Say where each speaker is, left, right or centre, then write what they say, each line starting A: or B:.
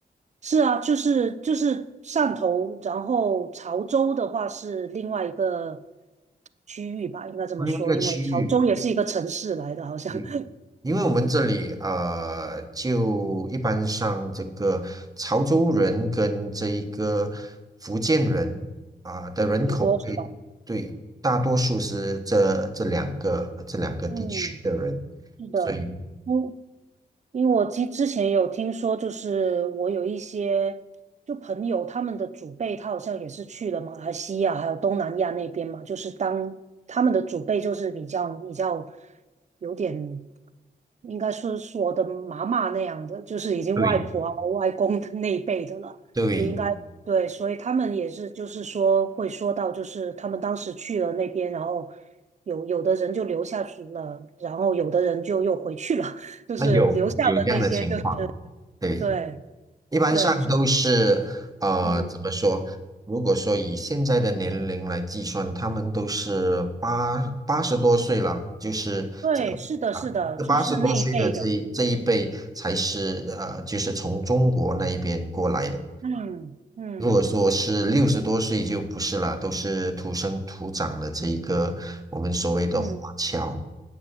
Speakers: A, on the right; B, on the right.
A: 是啊，就是就是汕头，然后潮州的话是另外一个区域吧，应该这么说，
B: 另外一个区域，
A: 因为潮州也是一个城市来的，好像
B: 嗯，
A: <laughs>
B: 因为我们这里呃，就一般上这个潮州人跟这一个福建人啊、的人口会
A: 挺多是吧？
B: 对，大多数是这这两个这两个地区的人，
A: 嗯，是的，
B: 所以
A: 嗯，因为我之之前有听说，就是我有一些就朋友，他们的祖辈他好像也是去了马来西亚还有东南亚那边嘛，就是当他们的祖辈就是比较比较有点，应该说是我的妈妈那样的，就是已经外婆啊外公的那一辈的了，
B: 对对，
A: 就应该对，所以他们也是就是说会说到，就是他们当时去了那边，然后有有的人就留下去了，然后有的人就又回去了。就是留下的那些，
B: 那有有这样的情况，
A: 就是
B: 对。
A: 对
B: 一般上都是呃，
A: 对，嗯，
B: 怎么说？如果说以现在的年龄来计算，他们都是八八十多岁了，就是这啊，
A: 对，是的，是的，
B: 这八十多岁的这一这一辈才是呃，
A: 就是那一辈的，
B: 就是从中国那一边过来的。
A: 嗯嗯
B: 如果说是六十多岁就不是了，都是土生土长的这一个我们所谓的华侨。
A: 嗯，